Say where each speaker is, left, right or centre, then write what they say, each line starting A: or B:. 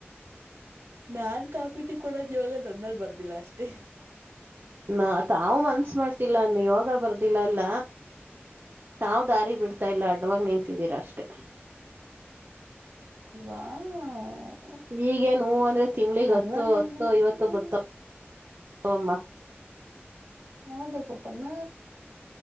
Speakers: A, on the right; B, on the right.
A: ನಾನ್ ಕಾಫಿ ಟಿ ಕೊಡೋದ ಯೋಗಾ ನನ್ನಲ್ ಬರ್ದಿಲ್ಲ ಅಷ್ಟೇ.
B: ನ ತಾವು ಮನ್ಸ್ ಮಾಡ್ತಿಲ್ಲಾ ಅನ್ನು ಯೋಗ ಬರ್ದು ತಿಲ್ಲಲ್ಲ ತಾವ್ ದಾರಿ ಬಿಡ್ತಾ ಇಲ್ಲ ಅಡ್ಡವಾಗ ನಿಂತಿದ್ದೀರಾ ಅಷ್ಟೇ.
A: ವಾಂವ್.
B: ಈಗೆನ ಹ್ಮ್ ಅಂದ್ರೆ ತಿಂಗಳಿಗ್
A: ಅಡ್ವಾಂಟೇಜ್
B: ಹತ್ತು ಹತ್ತು ಐವತ್ತೊ ಬತ್ತವಮ್ಮ.
A: ಹೌದಾ ಪುಟ್ಟಮ್ಮ.